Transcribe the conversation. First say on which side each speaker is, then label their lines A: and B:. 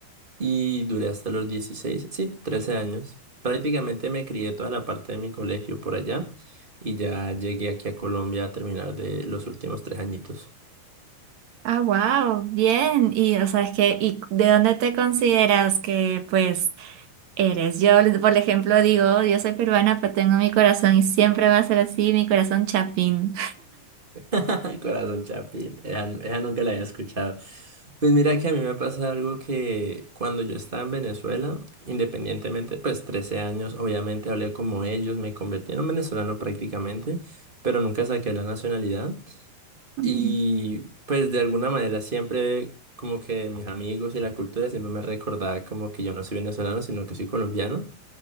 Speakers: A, on the right (about 20°); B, on the right (about 55°).
A: y duré hasta los 16 sí, 13 años. Prácticamente me crié toda la parte de mi colegio por allá y ya llegué aquí a Colombia a terminar de los últimos tres añitos.
B: Ah, wow, bien. Y o sea, es que, ¿y de dónde te consideras que pues eres? Yo, por ejemplo, digo, yo soy peruana, pero tengo mi corazón y siempre va a ser así, mi corazón chapín.
A: <laughs> Corazón Chapín, esa, esa nunca la había escuchado. Pues mira que a mí me pasa algo que cuando yo estaba en Venezuela, independientemente, pues 13 años, obviamente hablé como ellos, me convertí en un venezolano prácticamente, pero nunca saqué la nacionalidad.
B: Ujú.
A: Y pues de alguna manera siempre como que mis amigos y la cultura siempre me recordaba como que yo no soy venezolano, sino que soy colombiano.